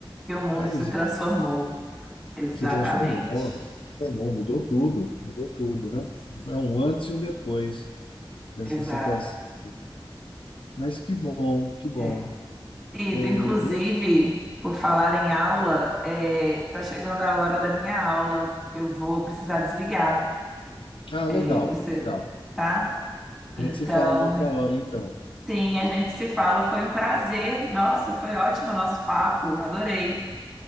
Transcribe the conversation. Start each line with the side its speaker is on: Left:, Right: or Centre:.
Centre: E o mundo
Left: Mas
Centre: se transformou.
Left: é,
Centre: Exatamente,
Left: se transformou, se transformou, mudou tudo, mudou tudo, né? É um antes e um depois dessa
Centre: exato.
Left: situação. Mas que bom, que bom.
Centre: É. Ido,
Left: É,
Centre: inclusive,
Left: le-
Centre: por falar em aula, é, tá chegando a hora da minha aula. Eu vou precisar desligar.
Left: ah,
Centre: É,
Left: legal,
Centre: você,
Left: legal.
Centre: tá? Então,
Left: A gente se fala uma outra hora, então.
Centre: sim, a gente se fala. Foi um prazer. Nossa, foi ótimo o nosso papo. Adorei.